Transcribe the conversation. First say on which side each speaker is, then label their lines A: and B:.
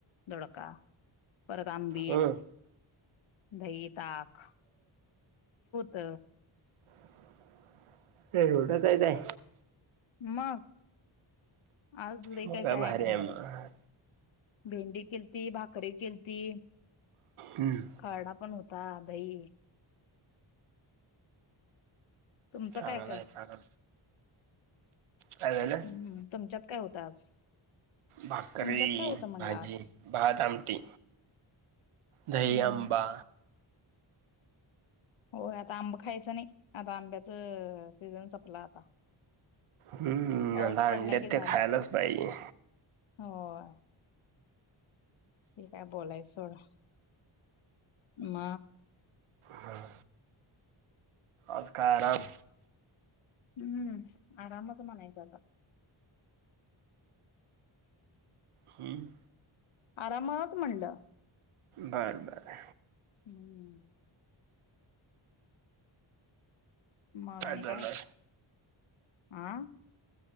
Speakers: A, on the left; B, on the right.
A: दोडका परत आंबील,
B: हम्म
A: दही, ताक त
B: <unintelligible> तेवढं काय नाय
A: मग- आज‌ लय
B: मग
A: काय -काय
B: भारी
A: आयटम
B: आहे
A: होतीत
B: मग
A: भेंडी केलती भाकरी केलती
B: हम्म
A: खरडा- पण होत ता-दही तुमचं
B: चांगला
A: काय- काय
B: आहे चांगला काय झालं
A: -हम्म.. तुमच्यात काय होतं आज
B: भाकरी,
A: तुमच्यात काय होतं म्हणलं
B: भाजी,
A: आज?
B: भात, आमटी दही,
A: हम्म
B: आंबा
A: होय आता आंब खायच नाही आता आंब्याचं.. सीझन संपला आता
B: हम्म..
A: पाऊस
B: आता
A: पडला
B: आणल्यात
A: की झाला.
B: तर खायलाच पाहिजे..
A: होय.. ते काय बोलायचं सोड म
B: हं.. आज काय आराम?
A: हम्म आरामच मनायच आता
B: हम्म
A: आरामच म्हणलं
B: बर -बर
A: हम्म मग आणि
B: चालू
A: काय
B: आहे
A: हं